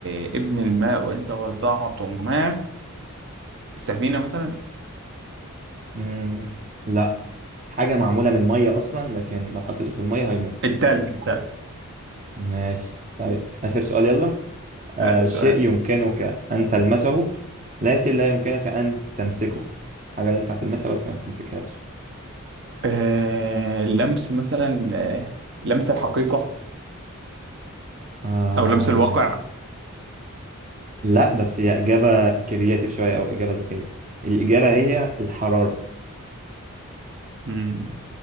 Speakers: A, on the right (about 55°); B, on the right (about 35°).
A: ابن الماء وإن تبضعتم ما سفينة مثلا
B: مم. لا حاجة معمولة من المية أصلا لكن لو حطيته في المية هيموت
A: التلج التلج
B: ماشي طيب آخر سؤال يلا آه
A: آخر سؤال
B: شيء يمكنك أن تلمسه لكن لا يمكنك أن تمسكه حاجة ينفع تلمسها بس ما بتمسكهاش
A: آه لمس مثلا آه لمس الحقيقة
B: آم،
A: أو لمس الواقع
B: لا بس هي إجابة كرياتيف شوية أو إجابة ذكية الإجابة هي الحرارة
A: مم.